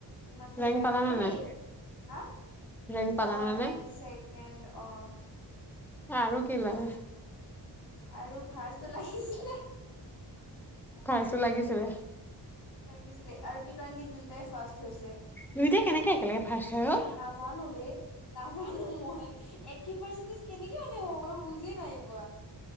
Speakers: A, on the left (about 65°); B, in the centre.
A: ইমানতো
B: ৰেংক
A: বেয়া
B: পালা
A: হোৱা
B: নে
A: মানে
B: নাই?
A: হা অহ
B: ৰেংক পালা নে
A: ৰেংক
B: নাই?
A: ছেকেণ্ড অহ।
B: আৰু কি লাগে।
A: আৰু ফাৰ্ষ্টটো লাগিছিলে।
B: ফাষ্টটো লাগিছিলে।
A: লাগিছিলে আৰু পিত। তাংকিত দুইটাই ফাৰ্ষ্ট। থৈছে
B: দুইটাই কেনেকে একেলগে ফাৰ্ষ্ট হয় অ'?
A: নাজানোঁ ৰে নাজানোঁ মই একে পাৰ্চেন্টেজ কেনেকে মানে হ'ব বাৰু বুজিয়ে নাই পোৱা।